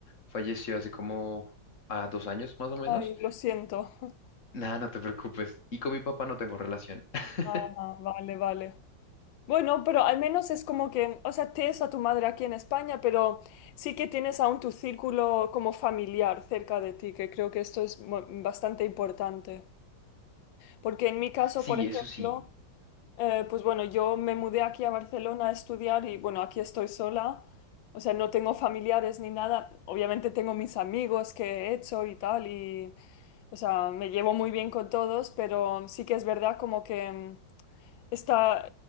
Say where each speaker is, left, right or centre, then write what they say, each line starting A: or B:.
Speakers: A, on the left; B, on the left.
A: falleció hace como a dos años más o menos.
B: Ay, lo siento.
A: Nada, no te preocupes. Y con mi papá no tengo relación. <laughs>
B: Ajá, vale, vale. Bueno, pero al menos es como que, o sea, tienes a tu madre aquí en España, pero sí que tienes aún tu círculo como familiar cerca de ti, que creo que esto es mu- bastante importante. Porque en mi caso,
A: Sí,
B: por ejemplo,
A: eso sí,
B: Eh, pues bueno, yo me mudé aquí a Barcelona a estudiar y bueno, aquí estoy sola. O sea, no tengo familiares ni nada. Obviamente tengo mis amigos que he hecho y tal y, o sea, me llevo muy bien con todos, pero sí que es verdad como que mm, está